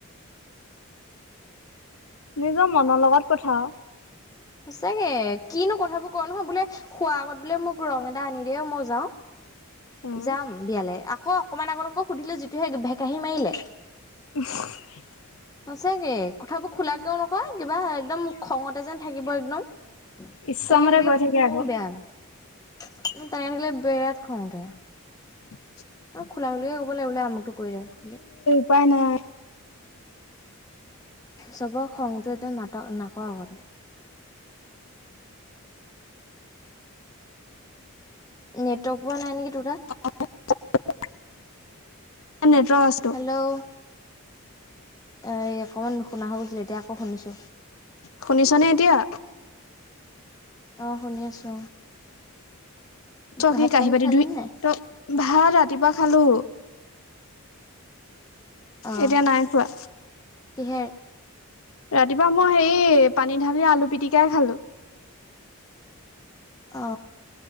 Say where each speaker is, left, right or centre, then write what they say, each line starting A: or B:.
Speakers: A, on the left; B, on the left.
A: নিজৰ মনৰ লগত কথা আৰু।
B: সঁচাকে! কিনো কথাবোৰ কৈ নহয়, বোলে, খোৱাৰ আগত বোলে, মোক ৰং এটা আনি দে, মই যাওঁ।
A: অ',
B: যাম বিয়ালে। আকৌ, অকমান আগত আকৌ, সুধিলে! যিটোহে ভেকাহী মাৰিলে।
A: <unintelligible>
B: সচাঁকে! কথাবোৰ খুলাকেও নকয়, কিবা একদম, খঙতে যেন থাকিব, একদম!
A: ইচ্ছামতে
B: তেনেকে থাকিলে,
A: কৈ থাকে
B: মোৰো
A: আকৌ,
B: বেয়া, কিন্তু, তেনেকে থাকিলে, বিৰাট খং উঠে!
A: <inaudible>
B: খুলা-খুলিকে ক'ব লাগে, বোলে আমোকটো কৰি দে। <unintelligible>
A: উপাই নাই।
B: চবৰ খংটোৱে একদম <unintelligible> নাকৰ আগত। নেটৱৰ্ক পোৱা নাই নেকি তোৰ তাত।
A: <unintelligible> নেটৱৰ্ক আছেতো,
B: হেল্ল' এ অকমান নুশুনা হৈ গৈছিল এতিয়া আকৌ শুনিছো।
A: শুনিছ নে এতিয়া?
B: অ শুনি আছো।
A: ত
B: ভাত
A: কি কাঁহী-বাতি
B: পানী খালি
A: ধুই-
B: নাই
A: তই ভাত ৰাতিপুৱা খালো।
B: অহ
A: এতিয়া নাই খোৱা।
B: কিহেৰ?
A: ৰাতিপুৱা মই হেৰি পানী ঢালি আলু পিটিকাই খালো।
B: অ।